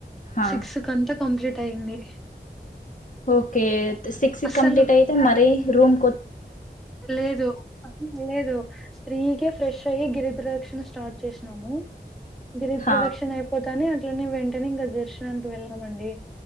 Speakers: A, on the left; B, in the centre.
A: ఆ
B: సిక్స్ కంత కంప్లీట్. అయింది
A: ఓకే సిక్స్ కి
B: అస్సలు
A: కంప్లీట్ ఐతే మరి రూమ్.
B: లేదు లేదు త్రీ కె ఫ్రెష్ అయి గిరిప్రదక్షణ స్టార్ట్ చేసినాము గిరి
A: హ
B: ప్రదక్షణ ఇపోతానే వెంటనే వెంటనే ఇంగ దర్శనానికి వెళ్లినామండి